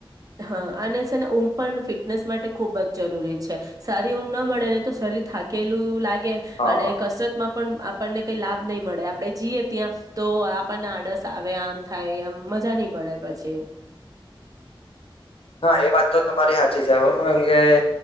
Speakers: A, on the right; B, on the left.
A: હા અને છે ને ઊંઘ પણ ફિટનેસ માટે ખુબ જ જરૂરી છે સારી ઊઘ ના મળે ને તો શરીર થાકેલું લાગે ગે
B: હા
A: અને કસરત માં પણ આપણને કઈ લાભ નહીિ મળે આપડે જઈયએ ત્યાં તો આપણને આડસ આવે આમ થાય આમ મજા નહી પડે પછી
B: હા એ વાત તો તમારી હચી જ હ ઓ એમ કે